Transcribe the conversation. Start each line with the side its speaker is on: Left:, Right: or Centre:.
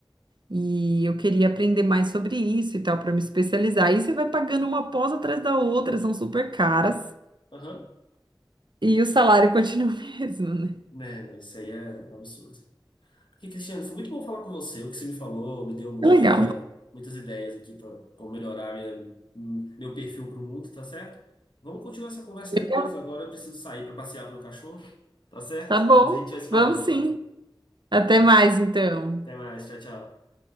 Right: e eu queria aprender mais sobre isso e tal, para me especializar. Aí você vai pagando uma pós atrás da outra, são super caras
Left: Aham.
Right: e o salário continua <laughs> o mesmo, né?
Left: Né, não, isso aí é um absurdo. Porque, Cristiano, foi muito bom falar com você. O que você me falou me deu muita,
Right: É Legal.
Left: muitas ideias aqui para como melhorar minha, meu perfil para o mundo, tá certo? Vamos continuar essa conversa
Right: Legal.
Left: depois. Agora eu preciso sair para passear com o meu cachorro, tá certo?
Right: Tá bom,
Left: Mas a gente vai se falando
Right: vamos sim.
Left: então,
Right: Até
Left: certo?
Right: mais, então.
Left: Até mais, tchau, tchau.